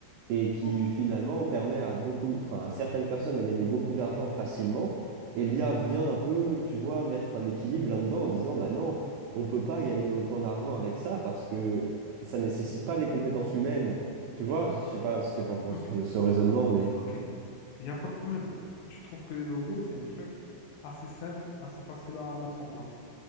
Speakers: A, on the right; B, on the left.
A: et qui
B: Ok,
A: finalement permet à beaucoup, enfin à certaines personnes de gagner beaucoup d'argent facilement. Et l'IA vient un peu, tu vois, mettre un équilibre là-dedans en disant, bah non, on peut pas gagner autant d'argent avec ça parce que ça nécessite pas des compétences humaines.
B: ok,
A: Tu vois, je sais pas ce que tu en penses
B: ok,
A: de ce raisonnement, mais
B: ok. Il n'y a pas de problème. Tu trouves que les logos, c'est un truc assez simple, assez facile à mettre en place.